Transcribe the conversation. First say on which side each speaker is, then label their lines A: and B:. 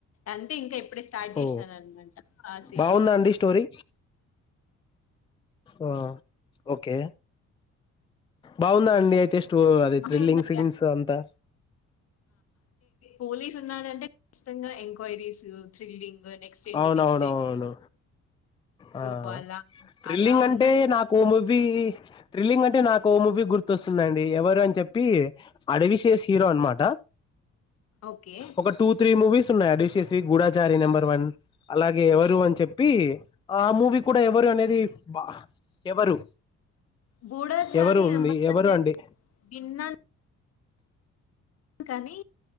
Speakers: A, on the left (about 55°); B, on the left (about 15°).
A: అంటే ఇంకా ఇప్పుడే స్టార్ట్ చేసినారనమాట
B: ఓ
A: ఆ సిరీసు
B: బాగుందా అండి స్టోరీ ఆ ఓకే బాగుందా అండ్ ఇగ ఐతే స్టో అది
A: బానే
B: త్రిల్లింగ్
A: ఉందండి
B: సీన్స్ అంతా
A: పోలీసు ఉన్నాడంటే ఖచ్చితంగా ఎంక్వైరీస్ థ్రిల్లింగ్ నెక్స్ట్ ఏంటి
B: అవునవునవును
A: నెక్స్ట్ ఏంటి సో
B: ఆ
A: అలా
B: థ్రిల్లింగ్
A: అలా
B: అంటే
A: ఉందండి
B: నాకు మూవీ వీ త్రిలింగ్ అంటే నాకు ఓ మూవీ గుర్తొస్తుందండి ఎవరు అని చెప్పి అడవి శేషు హీరో అనమాట
A: ఓకే
B: ఒక టూ త్రీ మూవీస్ ఉన్నాయి అడివి శేషువి గూడాచారి నెంబర్ వన్ అలాగే ఎవరు అని చెప్పి ఆ మూవీ కూడా ఎవరు అనేది అబ్బా ఎవరు
A: గూఢచారి
B: ఎవరు ఉంది
A: నెంబర్ వన్
B: ఎవరు
A: నేను
B: అండి
A: విన్నాను కానీ